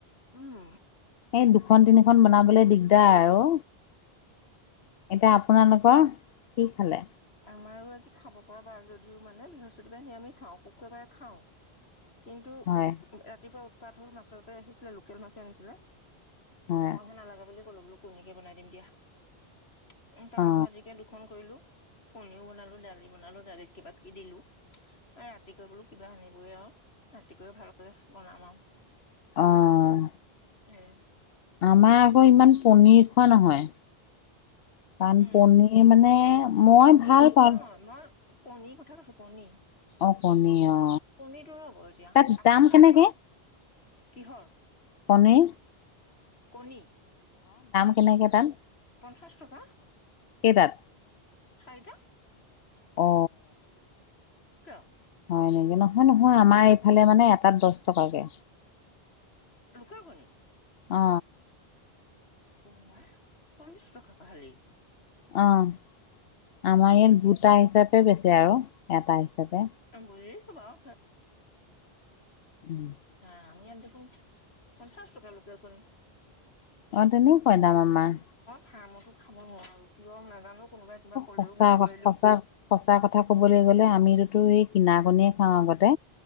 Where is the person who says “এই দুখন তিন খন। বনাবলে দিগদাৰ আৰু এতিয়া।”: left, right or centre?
Left